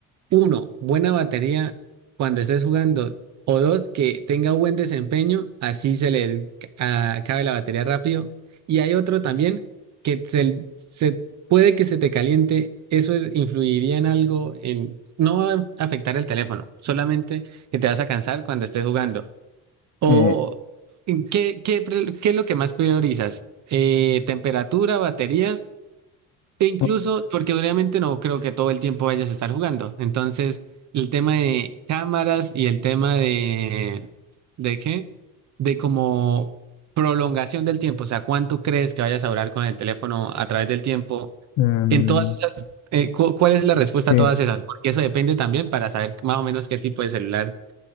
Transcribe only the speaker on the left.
Eh,
o-
em,
sí,